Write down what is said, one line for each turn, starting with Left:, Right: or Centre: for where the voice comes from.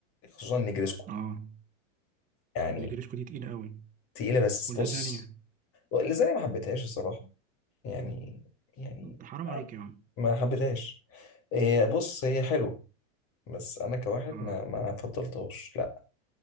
Left: خصوصا نجرسكو
Right: اه
Left: يعني
Right: النجريسكو دي تقيل قوي
Left: تقيلة بس
Right: واللازانيا
Left: بص لازالي ما حبيتهاش الصراحة يعني يعني
Right: حرام
Left: عم-
Right: عليك يا عم
Left: ما حبيتهاش إيه، بص هي حلوة بس أنا كواحد
Right: اه
Left: ما ما فضلتهاش لا